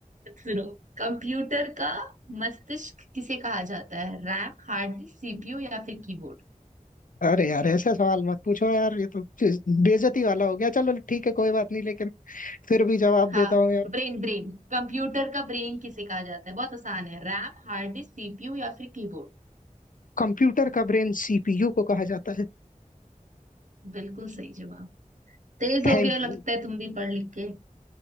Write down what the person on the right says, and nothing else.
सुनो कंप्यूटर का मस्तिष्क किसे कहा जाता है रैम हार्ड डिस्क सीपीयू या फिर कीबोर्ड
हाँ
ब्रेन ब्रेन कंप्यूटर का ब्रेन किसे कहा जाता है बहुत आसान है रैम हार्ड डिस्क सीपीयू या फिर कीबोर्ड
बिल्कुल सही जवाब तेज हो
गए हो
लगता है तुम भी पढ़ लिख के